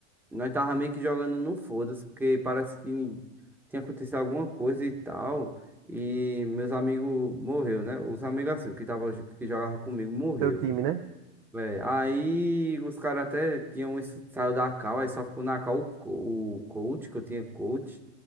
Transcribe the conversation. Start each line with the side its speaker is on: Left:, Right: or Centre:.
Centre: Nós tava meio que jogando no foda-se, porque parece que tinha acontecido alguma coisa e tal. E meus amigos morreu, né? Os amigos assim, que tava, que jogava comigo, morreu.
Right: teu time, né?
Centre: É, aí os caras até tinham isso- saiu da cal, aí só ficou na cal o, co- o coach, que eu tinha coach.